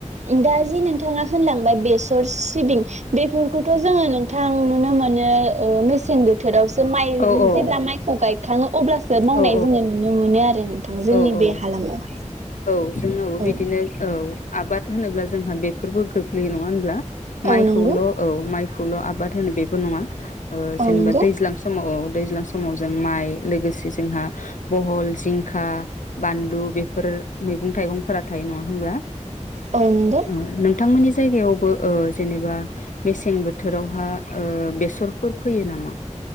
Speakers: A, on the right; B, on the left.
A: दा जि नोंथाङा होनलांबाय बेसर सिबिं बेफोरखौथ' जोङो नोंथां नुनो मोनो ओ मेसें बोथोरावसो माइ
B: औ औ
A: जेब्ला माइखौ गाय खांङो अब्लासो मावनाय
B: औ
A: जोङो नुनो मोनो आरो ना जोंनि
B: औ
A: बे
B: औ
A: हालामावहाय
B: औ जोंनावबो
A: औ
B: बिदिनो औ आबाद होनोब्ला जोंहा बेफोरबो गोग्लैयो नङा होनब्ला माइखौल'
A: औ नंगौ
B: औ माइ खौल' आबाद होनो बेबो नङा ओ
A: औ
B: जेनेबा
A: नंगौ
B: दैज्लां समाव दैज्लां समाव जों माइ लोगोसे जोंहा बहल, जिंखा, बानलु बेफोर मैगं थाइगंफोरा थायो नंङा होनब्ला?
A: औ नंगौ
B: ओ नों नोंथांमोननि जायगायावबो ओ जेनेबा मेसें बोथोरावहा ओ बेसरफोर फोयो नामा?